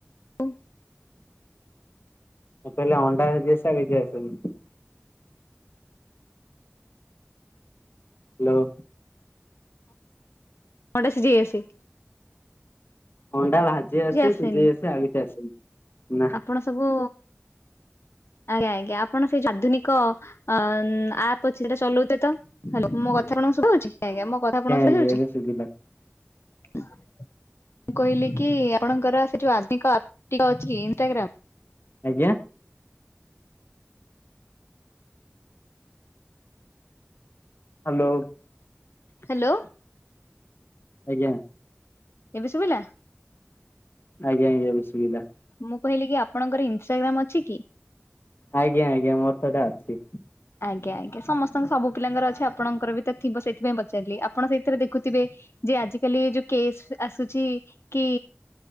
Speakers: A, on the left (about 80°); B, on the left (about 60°).
A: ଉଁ।
B: ମୁଁ କହିଲି ଅଣ୍ଡା ଭାଜି ଆସେ ଆଉ କିଛି ଆସେନି। ହାଲୋ।
A: ଅଣ୍ଡା ସିଝେଇ ଆସେ?
B: ଅଣ୍ଡା ଭାଜି
A: କିଛି
B: ଆସେ
A: ଆସେନି।
B: ସିଝେଇ ଆସେ ଆଉ କିଛି ଆସେନି। ନା
A: ଆପଣ ସବୁ ଆଜ୍ଞା ଆଜ୍ଞା ଆପଣ ସେଇ ଆଧୁନିକ ଅ ଆପ୍ ଅଛି ସେଟା ଚଲଉଥିବେ ତ ମୋ ମୋ କଥା ଆପଣକୁ ଶୁଭାହଉଛି ଆଜ୍ଞା ମୋ କଥା ଆପଣଙ୍କୁ ସୁଭାଯାଉଛି?
B: ଆଜ୍ଞା ଏବେ ଶୁଭିଲା
A: ମୁଁ କହିଲି କି ଆପଣଙ୍କର ସେ ଯୋଉ ଆଧୁନିକ ଆପ ଟି ଅଛି ଇଷ୍ଟାଗ୍ରାମ।
B: ଆଜ୍ଞା। ହାଲୋ।
A: ହାଲୋ।
B: ଆଜ୍ଞା।
A: ଏବେ ଶୁଭିଲା?
B: ଆଜ୍ଞା ଆଜ୍ଞା ଏବେ ଶୁଭିଲା।
A: ମୁଁ କହିଲି କି ଆପଣଙ୍କର ଇନଷ୍ଟାଗ୍ରାମ ଅଛି କି?
B: ଆଜ୍ଞା ଆଜ୍ଞା ମୋର ତ ସେଟା ଅଛି।
A: ଆଜ୍ଞା ଆଜ୍ଞା ସମସ୍ତଙ୍କ ସବୁ ପିଲାଙ୍କର ଅଛି ଆପଣଙ୍କର ବି ତ ଥିବ ସେଇଥିପାଇଁ ପଚାରିଲି ଆପଣ ସେଥିରେ ଦେଖୁଥିବେ ଯେ ଆଜିକାଲି ଯୋଉ କେସ୍ ଆସୁଛି କି